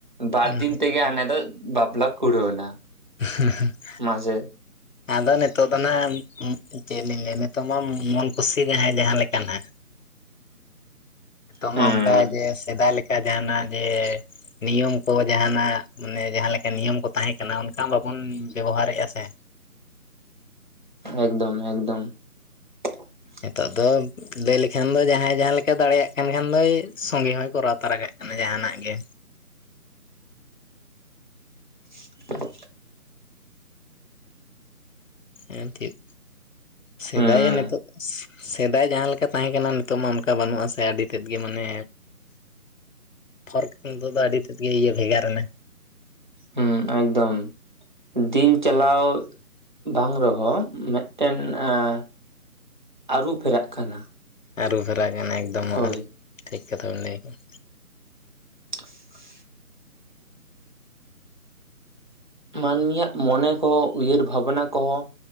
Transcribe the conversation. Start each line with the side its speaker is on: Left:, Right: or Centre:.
Right: ᱵᱟᱨ
Left: ᱦᱩᱸ
Right: ᱫᱤᱱ ᱛᱮᱜᱮ ᱦᱟᱱᱮ ᱫᱚ ᱵᱟᱯᱞᱟ ᱠᱩᱲᱟᱣᱱᱟ
Left: ᱦᱮᱸᱻ <unintelligible>
Right: ᱢᱟᱡᱮ
Left: ᱟᱫᱚ ᱱᱤᱛᱚᱜ ᱫᱚ ᱱᱟᱜ ᱪᱮᱫ ᱞᱤᱧ ᱞᱟᱹᱭᱼᱟ ᱱᱤᱛᱚᱜ ᱢᱟ ᱢᱚᱱ ᱠᱩᱥᱤ ᱡᱟᱦᱟᱸᱭ ᱡᱟᱦᱟᱸ ᱞᱮᱠᱟᱱᱟᱜ ᱱᱤᱛᱚᱜ
Right: ᱦᱩᱸ
Left: ᱢᱟ ᱚᱱᱠᱟ ᱡᱮ ᱥᱮᱫᱟᱭ ᱞᱮᱠᱟ ᱡᱟᱦᱟᱱᱟᱜ ᱡᱮ ᱱᱤᱭᱚᱢ ᱠᱚ ᱡᱟᱦᱟᱱᱟᱜ ᱢᱟᱱᱮ ᱡᱟᱦᱟᱸ ᱞᱮᱠᱟ ᱱᱤᱭᱚᱢ ᱠᱚ ᱛᱟᱦᱮᱸ ᱠᱟᱱᱟ ᱚᱱᱠᱟ ᱵᱟᱵᱚᱱ ᱵᱮᱵᱚᱦᱟᱨ ᱮᱫᱟ ᱥᱮ᱾
Right: ᱮᱠᱫᱚᱢ ᱮᱠᱫᱚᱢ᱾ <unintelligible>
Left: ᱱᱤᱛᱚᱜ ᱫᱚ ᱞᱟᱹᱭ ᱞᱮᱠᱷᱟᱱ ᱫᱚ ᱡᱟᱦᱟᱸᱭ ᱡᱟᱦᱟᱸ ᱞᱮᱠᱟ ᱫᱟᱲᱮᱭᱟᱜ ᱠᱟᱱ ᱠᱷᱟᱱ ᱫᱚᱭ ᱥᱚᱸᱜᱮ ᱦᱚᱸᱭ ᱠᱚᱨᱟᱣ ᱛᱟᱨᱟ ᱠᱟᱜ ᱢᱟᱱᱮ ᱡᱟᱦᱟᱱᱟᱜ ᱜᱮ
Right: <unintelligible>
Left: ᱦᱮᱸ ᱴᱷᱤᱠ ᱥᱮᱫᱟᱭᱟ
Right: ᱦᱩᱸ
Left: ᱱᱤᱛᱚᱜ ᱥᱮᱫᱟᱭ ᱡᱟᱦᱟᱸ ᱞᱮᱠᱟ ᱛᱟᱦᱮᱸ ᱠᱟᱱᱟ ᱱᱤᱛᱚᱜ ᱢᱟ ᱚᱱᱠᱟ ᱵᱟᱹᱱᱩᱜᱼᱟ ᱥᱮ ᱟᱹᱰᱤ ᱛᱮᱫ ᱜᱮ ᱢᱟᱱᱮ
Right: <inaudible>
Left: ᱯᱷᱟᱨᱠ ᱱᱤᱛᱚᱜ ᱫᱚ ᱟᱹᱰᱤ ᱛᱮᱫ ᱜᱮ ᱤᱭᱟᱹ ᱵᱷᱮᱜᱟᱨ ᱮᱱᱟ᱾
Right: ᱦᱩᱸ ᱮᱠᱫᱚᱢ ᱫᱤᱱ ᱪᱟᱞᱟᱣ ᱵᱟᱝ ᱨᱮᱦᱚᱸ ᱢᱤᱫᱴᱮᱱ ᱟᱸ ᱟᱹᱨᱩ ᱯᱷᱮᱨᱟᱜ ᱠᱟᱱᱟ
Left: ᱟᱹᱨᱩ ᱯᱷᱮᱨᱟᱜ ᱠᱟᱱᱟ ᱮᱠᱫᱚᱢ ᱦᱚᱸᱜ
Right: ᱦᱳᱭ
Left: ᱴᱷᱤᱠ ᱠᱟᱛᱷᱟ ᱵᱮᱱ ᱞᱟᱹᱭ ᱟᱠᱫᱟᱜᱼᱟ᱾
Right: <inaudible> ᱢᱟᱹᱱᱢᱤᱭᱟᱜ ᱢᱚᱱᱮ ᱠᱚᱸ ᱩᱭᱦᱟᱹᱨ ᱵᱷᱟᱵᱱᱟ ᱠᱚᱦᱚᱸ